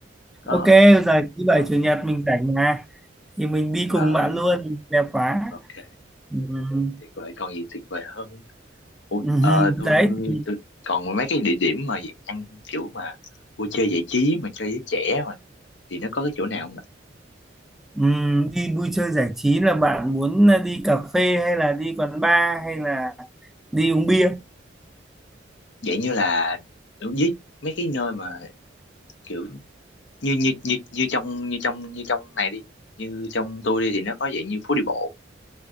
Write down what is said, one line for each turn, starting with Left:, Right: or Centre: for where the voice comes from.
Left: có
Centre: ok rồi thứ bảy
Left: ok
Centre: chủ nhật mình rảnh mà thì mình đi
Left: tuyệt
Centre: cùng
Left: vời
Centre: bạn luôn đẹp quá
Left: ok
Centre: Ừm,
Left: tuyệt vời còn gì tuyệt vời hơn Ủa,
Centre: ừm,
Left: ờ, tôi,
Centre: Đấy thì,
Left: tôi còn mấy cái địa điểm mà dạng ăn kiểu mà vui chơi giải trí mà cho giới trẻ mà thì nó có cái chỗ nào không ạ?
Centre: ừm, đi vui chơi giải trí là bạn muốn là đi cà phê hay là đi quán bar hay là đi uống bia
Left: Dạng như là với mấy cái nơi mà kiểu như như như như trong như trong như trong này đi, như trong tôi đi thì nó có dạng như phố đi bộ